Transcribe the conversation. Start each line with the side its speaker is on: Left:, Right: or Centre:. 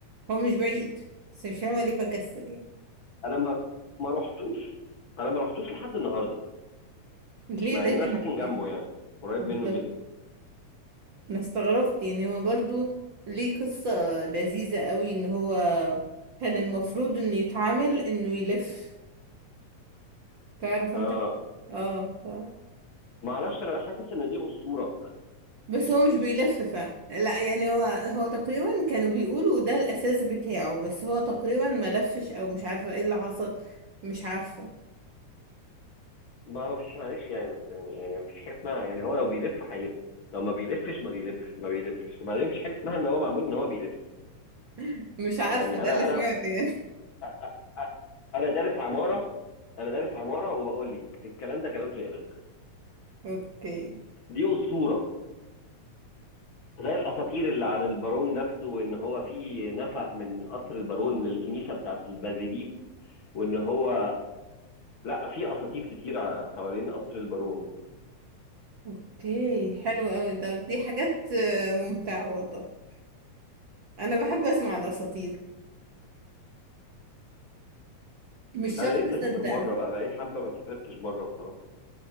Right: هو مش بعيد بس مش فاهمة ليه بكسل يعني
Left: انا ما ما رحتوش انا ما رحتوش لحد النهارده
Right: ليه
Left: مع
Right: ده
Left: ان
Right: جنبك
Left: انا ساكن جنبه
Right: يعني
Left: يعني قريب
Right: بالظبط
Left: منه جدا
Right: أنا استغربت يعني هو برضو ليه قصة لذيذة قوي إن هو كان المفروض إنه يتعامل إنه يلف تعرف
Left: اه
Right: أنت اه ف...
Left: ما اعرفش انا حاسس ان دي اسطوره
Right: بس هو مش بيلف ف لا يعني هو هو تقريبا كانوا بيقولوا ده الأساس بتاعه بس هو تقريبا ما لفش أو مش عارفة ايه اللي حصل مش عارفة
Left: ما ما فيش معلش يعني بس يعني يعني ما فيش حاجه اسمها يعني هو لو بيلف هيلف لو ما بيلفش ما بيلف ما بيلفش وبعدين ما فيش حاجه اسمها ان هو معمول ان هو بيلف
Right: <laughs> مش عارفة
Left: يعني
Right: ده
Left: انا
Right: اللي سمعته
Left: انا
Right: يعني
Left: أ- أ- أ- انا دارس عماره انا دارس عماره وبقول لك الكلام ده كلام فارغ
Right: <laughs> اوكي
Left: دي اسطوره زي الاساطير اللي عن البارون نفسه وان هو في نفق من قصر البارون للكنيسه بتاعت البازيليك وان هو لا في اساطير كتير حوالين قصر البارون
Right: اوكي حلو قوي ده دي حاجات آه، ممتعة والله انا بحب اسمع الاساطير مش
Left: انا
Right: شرط
Left: نفسي
Right: اصدقها
Left: اسافر بره بقى بقالي حبه ما سافرتش بره بصراحه